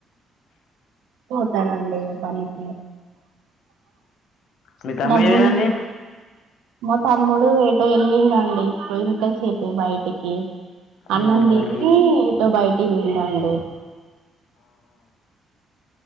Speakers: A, on the right; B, on the left.
A: పోతారండి ఇ పనికి
B: మీ తమ్ముడు
A: డబ్బులు
B: ఏమైందండి
A: మా తమ్ముడు ఏటో వెళ్ళిండ అండి పోయి <inaudible> బడిటికి అన్నాం
B: అవునా
A: తిని
B: అండి
A: ఏతో బయటికి పోయిందండి